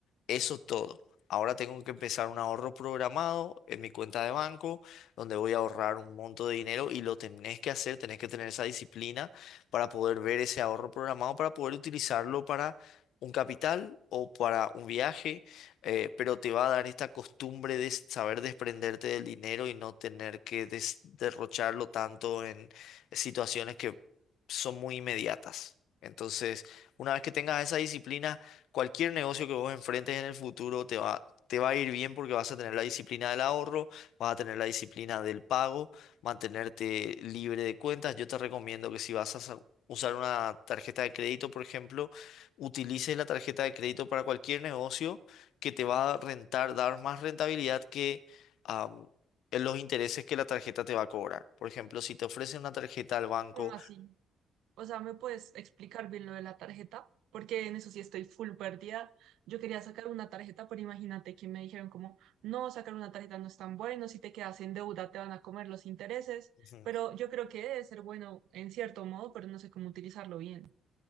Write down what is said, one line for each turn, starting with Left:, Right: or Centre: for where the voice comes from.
Left: Eso todo. Ahora tengo que empezar un ahorro programado en mi cuenta de banco, donde voy a ahorrar un monto de dinero y lo tenés que hacer, tenés que tener esa disciplina para poder ver ese ahorro programado, para poder utilizarlo para un capital o para un viaje, eh, pero te va a dar esta costumbre de saber desprenderte del dinero y no tener que des- derrocharlo tanto en situaciones que son muy inmediatas. Entonces, una vez que tengas esa disciplina, cualquier negocio que vos enfrentes en el futuro te va, te va a ir bien porque vas a tener la disciplina del ahorro, vas a tener la disciplina del pago, mantenerte libre de cuentas. Yo te recomiendo que si vas a sa- usar una tarjeta de crédito, por ejemplo, utilices la tarjeta de crédito para cualquier negocio que te va a rentar, dar más rentabilidad que... am, en los intereses que la tarjeta te va a cobrar. Por ejemplo, si te ofrecen una tarjeta al banco,
Right: ¿Cómo así? O sea, ¿me puedes explicar bien lo de la tarjeta? Porque en eso sí estoy full perdida. Yo quería sacar una tarjeta, pero imagínate que me dijeron como, no, sacar una tarjeta no es tan bueno, si te quedas en deuda te van a comer los intereses,
Left: Ujú.
Right: pero yo creo que debe ser bueno en cierto modo, pero no sé cómo utilizarlo bien.